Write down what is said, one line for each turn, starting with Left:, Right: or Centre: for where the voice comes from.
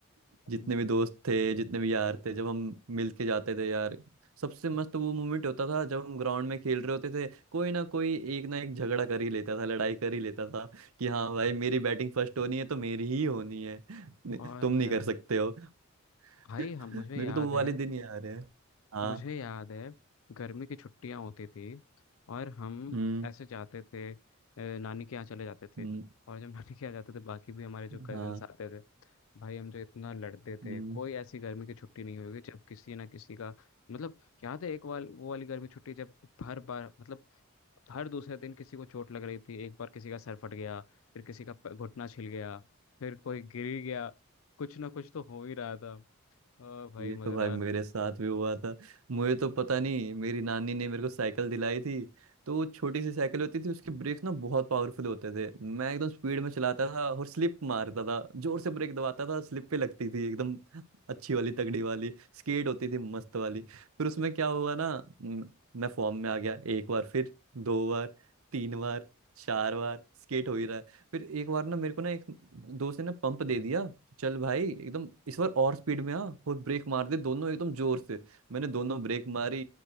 Right: जितने
Left: हम्म,
Right: भी दोस्त थे जितने भी यार थे जब हम मिल के जाते थे यार सबसे मस्त वो मोमेंट होता था जब हम ग्राउंड में खेल रहे होते थे कोई ना कोई एक ना एक झगड़ा कर ही लेता था लड़ाई कर ही लेता था कि हाँ भाई मेरी बैटिंग फर्स्ट होनी है तो मेरी ही होनी है नहीं,
Left: और
Right: तुम नहीं
Left: क्या
Right: कर सकते हो <laughs>
Left: भाई हम
Right: मेरे
Left: मुझे याद
Right: को तो वो
Left: है
Right: वाले दिन याद है हाँ
Left: मुझे याद है गर्मी की छुट्टियां होती थी और हम
Right: हम्म
Left: ऐसे जाते थे अ, नानी के यहाँ चले जाते थे
Right: हम्म,
Left: और जब <laughs> नानी के यहाँ जाते थे बाकी भी हमारे जो कजिन्स
Right: हाँ
Left: आते थे भाई हम जो इतना लड़ते
Right: हम्म
Left: थे कोई ऐसी गर्मी की छुट्टी नहीं होगी जब किसी ना किसी का मतलब याद है एक वाल वो वाली गर्मी छुट्टी जब हर बार मतलब हर दूसरे दिन किसी को चोट लग रही थी एक बार किसी का सर फट गया फिर किसी का प- घुटना छिल गया फिर कोई गिर गया कुछ ना कुछ तो हो ही रहा था ओ भाई
Right: ये
Left: मजेदार
Right: तो भाई मेरे साथ भी हुआ था मुझे तो पता नहीं मेरी नानी ने मेरे को साइकिल दिलाई थी तो वो छोटी सी साइकिल होती थी उसके ब्रेक ना बहुत पावरफुल होते थे मैं एकदम स्पीड में चलाता था और स्लिप मारता था जोर से ब्रेक दबाता था स्लिप पे लगती थी एकदम अच्छी वाली तगड़ी वाली स्केट होती थी मस्त वाली फिर उसमें क्या हुआ ना म, मैं फॉर्म में आ गया एक बार फिर दो बार तीन बार चार बार स्केट हो ही रहा है फिर एक बार ना मेरे को ना एक दोस्त ने ना पंप दे दिया चल भाई एकदम इस बार और स्पीड में आ और ब्रेक मार दे दोनों एकदम जोर से मैंने दोनों ब्रेक मारी